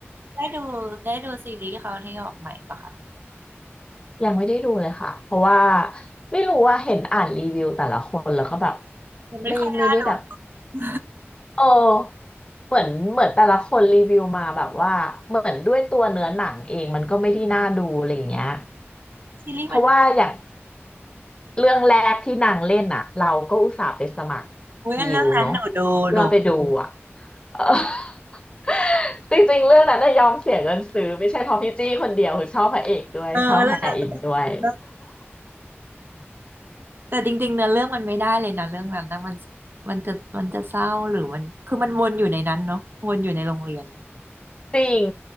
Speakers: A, on the right; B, on the left.
A: ได้ดูได้ดูซีรีส์เขาที่ออกใหม่ปะคะ
B: <laughs> ยังไม่ได้ดูเลยค่ะเพราะว่าไม่รู้ว่าเห็นอ่านรีวิวแต่ละคนแล้วก็แบบ
A: มันไม่ค่อยน่าดู
B: ไม่ไม่ได้แบบ
A: <laughs>
B: เออเหมือนเหมือนแต่ละคนรีวิวมาแบบว่าเหมือนด้วยตัวเนื้อหนังเองมันก็ไม่ได้น่าดูอะไรอย่างเงี้ย
A: ซีรีส์มัน
B: เพราะว่าอย่างเรื่องแรกที่นางเล่นอะเราก็อุตส่าห์ไปสมัคร
A: อุ้ยเรื่องนั้นหนูดูหนูดู
B: วิวเนาะเพื่อไปดูอะ เออ <laughs> จริงๆเรื่องนั้นน่ะยอมเสียเงินซื้อไม่ใช่เพราะพี่จี้คนเดียวคือชอบพระเอกด้วยชอบแฮอินด้วย
A: เออเรื่องนั้นก็แต่จริงๆเนื้อเรื่องมันไม่ได้เลยนะเรื่องนั้นนะมันมันจะมันจะเศร้าหรือมันคือมันวนอยู่ในนั้นเนาะวนอยู่ในโรงเรียน
B: <laughs> จริง